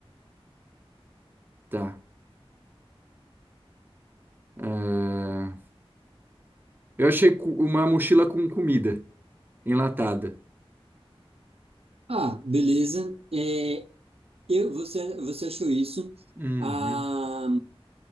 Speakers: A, on the right (about 20°); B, on the right (about 75°).
A: Tá. Ah, eu achei cu- uma mochila com comida enlatada.
B: Ah, beleza. É, eu, você, você achou isso?
A: Uhum.
B: Ah,